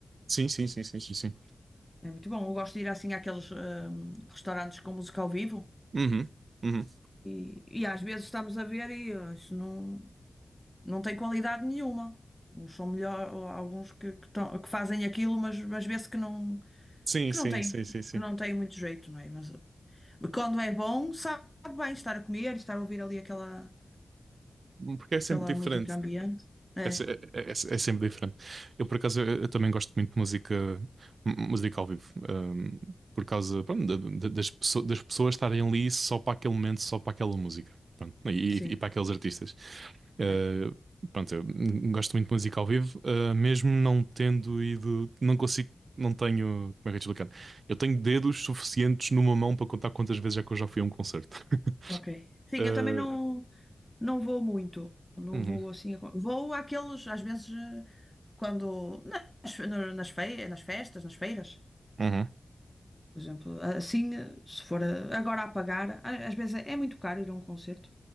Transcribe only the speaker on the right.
Sim, sim, sim, sim, sim, sim.
Uhum, uhum.
Sim,
sim,
sim, sim, sim.
Porque é sempre
diferente.
É, se- é- é- é sempre diferente. Eu, por acaso, eu, eu também gosto muito de música, m- música ao vivo, hum, por causa, pronto, da- da- das, pesso- das pessoas estarem ali só para aquele momento, só para aquela música, pronto, e,
e para aqueles artistas. Uh,
pronto, eu hum, gosto muito de música ao vivo, uh, mesmo não tendo ido, não consigo, não tenho, como é que eu te explicar? Eu tenho dedos suficientes numa mão para contar quantas vezes é que eu já fui a um concerto. <laughs>
Uh,
uhum,
uhum.